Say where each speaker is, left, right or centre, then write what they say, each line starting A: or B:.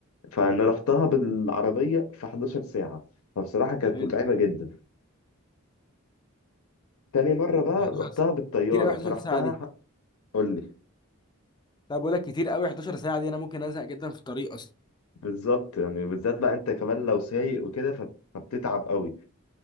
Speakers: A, on the left (about 80°); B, on the left (about 20°).
A: فانا رحتها بالعربية في 11 ساعة فبصراحة كانت
B: حلو
A: متعبة جدا تاني مرة بقى
B: 11
A: رحتها
B: ساعة.
A: بالطيارة
B: كتير قوي 11
A: فرحتها
B: ساعه دي
A: ح- قول لي
B: لا بقول لك كتير قوي 11 ساعه دي انا ممكن ازهق جدا في الطريق اصلا
A: بالظبط يعني بالذات بقى انت كمان لو سايق وكده ف- فبتتعب قوي